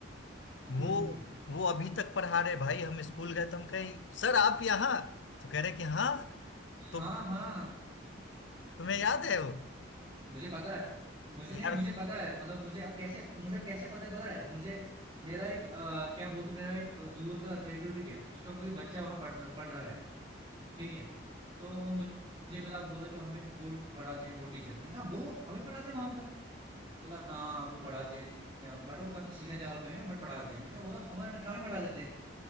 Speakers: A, on the right; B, on the left.
A: हम्म
B: वो
A: हम्म
B: वो अभी तक पढ़ा रहे भाई हम स्कूल गए तो हम कहे सर आप यहाँ तो कह रहे कि हाँ तो
A: हाँ हाँ
B: तुम्हें याद है वो
A: मुझे पता है मुझे
B: यार
A: नहीं मुझे पता है मतलब मुझे अब कैसे मुझे अब कैसे पता है पता है मुझे मेरा एक अ, क्या बोलते हैं, मेरा एक अ, दूर का रिलेटिव ठीक है उसका कोई बच्चा वहां पढ़ रहा- पढ़ रहा है ठीक है तो वो मुझे मुझे मिला बोला कि वहां पे वो पढ़ाते हैं वो टीचर मैंने कहा वो अभी पढ़ाते हैं वहां पे बोला हाँ वो पढ़ाते हैं अब बट वो काफी सीनियर लेवल पे हैं बट पढ़ाते हैं मैंने कहा वो तो हमारे हमें पढ़ा देते हैं